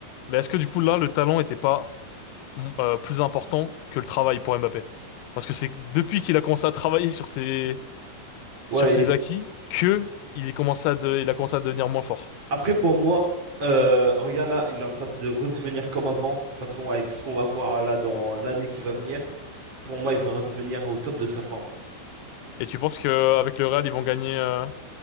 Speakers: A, on the left (about 85°); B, on the right (about 35°).
A: Mais est-ce que du coup, là, le talent était pas Mhm. euh, plus important que le travail pour Mbappé. Parce que c'est depuis qu'il a commencé à travailler sur ses,
B: Ouais,
A: sur ses acquis que il est commencé à de- il a commencé à devenir moins fort.
B: Après, pour moi, euh, regarde là, il est en train de redevenir comme avant. De toute façon, avec ce qu'on va voir là dans l'année qui va venir, pour moi, il va redevenir au top de sa forme.
A: Et tu penses que euh, avec le Real, ils vont gagner euh,